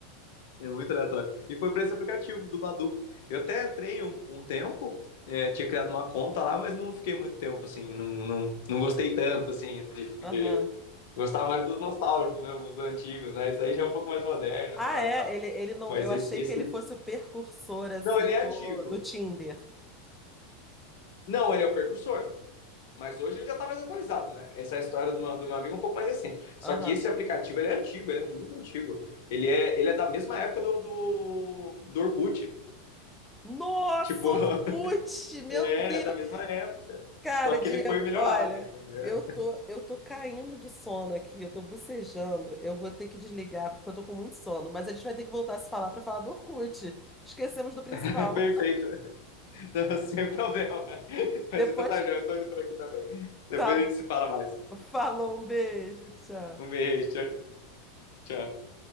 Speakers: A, on the left; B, in the centre.
A: É muito aleatório. E foi por esse aplicativo do Badu. Eu até entrei um, um tempo, é, tinha criado uma conta lá, mas não fiquei muito tempo, assim. Não, não, não gostei tanto, assim, de,
B: Aham.
A: de Gostava mais dos nostálgicos mesmo, dos antigos, né? Isso aí já
B: é.
A: é um pouco mais moderno
B: Ah,
A: agora
B: é,
A: e tal.
B: ele, ele não,
A: Mas
B: eu achei
A: esse, esse...
B: que ele fosse o precursor assim
A: Não, ele é
B: do,
A: antigo.
B: do Tinder.
A: Não, ele é o percussor. Mas hoje ele já tá mais atualizado, né? Essa é a história do meu, do meu amigo um pouco mais recente. Só
B: Aham.
A: que esse aplicativo, ele é antigo, ele é muito antigo. Ele é, ele é da mesma época do, do, do Orkut.
B: Nossa,
A: Tipo,
B: Orkut!
A: <laughs>
B: Meu
A: é,
B: Deus!
A: é da mesma época.
B: Cara,
A: Só que
B: Diego,
A: ele foi melhorado,
B: olha,
A: entendeu?
B: eu tô, eu tô caindo de sono aqui, eu tô bocejando. Eu vou ter que desligar porque eu tô com muito sono, mas a gente vai ter que voltar a se falar pra falar do Orkut. Esquecemos do principal.
A: <laughs> Perfeito. <laughs> Sem problema. Mas
B: Depois,
A: então tá já, eu tô indo por aqui também. Depois
B: tá,
A: a gente se fala mais.
B: falou, um beijo, tchau.
A: Um beijo, tchau, tchau.